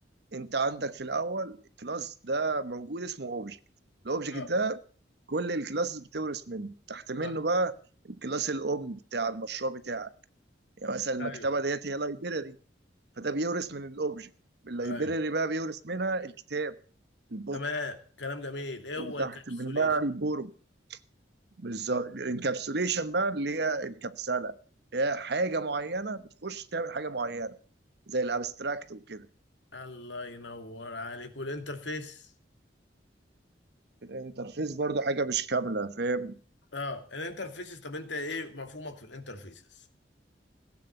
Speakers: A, on the right (about 60°); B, on the left (about 75°).
A: انت عندك في الاول كلاس ده موجود اسمه اوبجكت الاوبجكت
B: اه
A: ده كل الكلاسز بتورث منه تحت منه
B: صح
A: بقى الكلاس الام بتاع المشروع بتاعك يعني مثلا المكتبه
B: ايوه
A: ديت هي لايبراري فده بيورث من الاوبجكت اللايبراري
B: ايوه
A: بقى بيورث منها الكتاب البوك
B: تمام كلام جميل ايه
A: وتحت
B: هو الكابسوليشن
A: منها البورم بالظبط الانكابسوليشن بقى اللي هي الكبسله هي حاجه معينه بتخش تعمل حاجه معينه زي الابستراكت وكده
B: الله ينور عليك والانترفيس
A: الانترفيس برضو حاجه مش كامله فاهم
B: اه الانترفيسز طب انت ايه مفهومك في الانترفيسز